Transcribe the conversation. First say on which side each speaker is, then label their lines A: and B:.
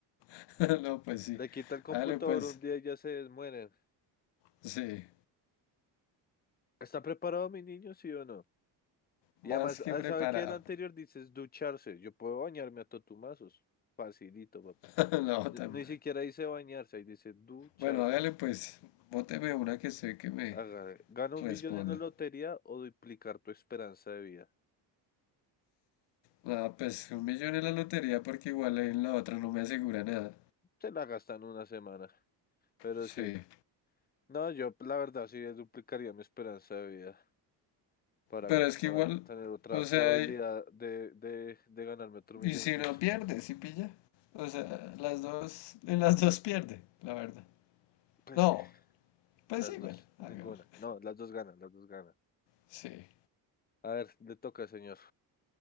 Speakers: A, on the left; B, on the left.
A: <laughs> No, pues sí.
B: Le quita el computador
A: Hágale pues,
B: un día y ya se mueren.
A: sí.
B: ¿Está preparado mi niño, sí o no? Y
A: Más
B: además,
A: que
B: ah,
A: preparado.
B: ¿sabe qué? El anterior dices ducharse. Yo puedo bañarme a totumazos. Facilito, papi.
A: <laughs> No,
B: Ni
A: tan...
B: ni siquiera dice bañarse, ahí dice ducharse.
A: Bueno, hágale pues, bóteme una que sé que me
B: Haga- Gana un
A: responda.
B: millón en la lotería o duplicar tu esperanza de vida.
A: Ah, pues un millón en la lotería porque igual ahí en la otra no me asegura nada.
B: Se la gastan una semana, pero
A: Sí.
B: sí. No, yo la verdad sí duplicaría mi esperanza de vida. para,
A: Pero es que
B: para
A: igual,
B: tener otra
A: o
B: probabilidad
A: sea,
B: de, de, de ganarme otro milloncito.
A: Y si no pierde, si pilla. O sea, las dos, en las dos pierde, la verdad.
B: Pues
A: No,
B: sí,
A: pues
B: las
A: sí,
B: dos,
A: bueno,
B: ninguna.
A: hagámoslo.
B: No, las dos ganan, las dos ganan.
A: Sí.
B: A ver, le toca, señor.